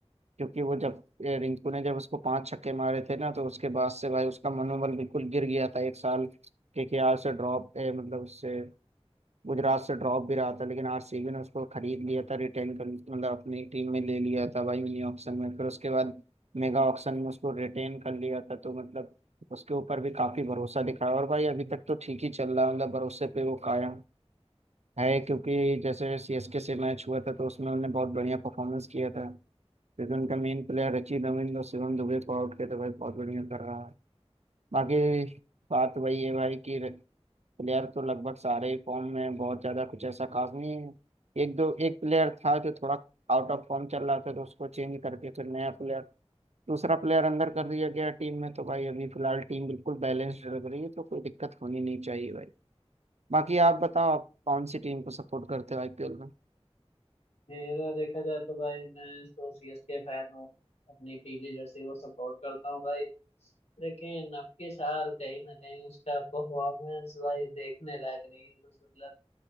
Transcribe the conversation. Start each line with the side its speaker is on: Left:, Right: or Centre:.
Right: क्योंकि वो जब ए, रिंकू ने जब उसको पांच छक्के मारे थे ना तो उसके बाद से भाई उसका मनोबल बिल्कुल गिर गया था एक साल केकेआर से ड्रॉप ए, मतलब उससे गुजरात से ड्रॉप भी रहा था लेकिन आरसीबी ने उसको खरीद लिया था रिटेन कर मतलब अपनी टीम में ले लिया था भाई मिनी ऑक्शन में फिर उसके बाद मेगा ऑक्शन में उसको रिटेन कर लिया था तो मतलब उसके ऊपर भी काफी भरोसा दिखाया और भाई अभी तक तो ठीक ही चल रहा है मतलब भरोसे पे वो कायम है क्योंकि जैसे सीएसके से मैच हुआ था तो उसमें उन्होंने बहुत बढ़िया परफॉर्मेंस किया था क्योंकि उनका मेन प्लेयर रचिन रविंद्र और शिवम दुबे को आउट किया तो भाई बहुत बढ़िया कर रहा है बाकी बात वही है भाई कि प्लेयर तो लगभग सारे ही फॉर्म में हैं, बहुत ज्यादा कुछ ऐसा खास नहीं है एक दो एक प्लेयर था जो थोड़ा आउट ऑफ फॉर्म चल रहा था तो उसको चेंज करके फिर नया प्लेयर दूसरा प्लेयर अंदर कर दिया गया टीम में तो भाई अभी फिलहाल टीम बिल्कुल बैलेंस्ड लग रही है तो कोई दिक्कत होनी नहीं चाहिए भाई बाकी आप बताओ आप कौन सी टीम को सपोर्ट करते हो आईपीएल में
Left: मेरा देखा जाए तो भाई मैं तो सीएसके फैन हूँ अपनी पीली जर्सी को सपोर्ट करता हूँ भाई लेकिन अब के साल कहीं ना कहीं उसका परफॉर्मेंस भाई देखने लायक नहीं है कुछ मतलब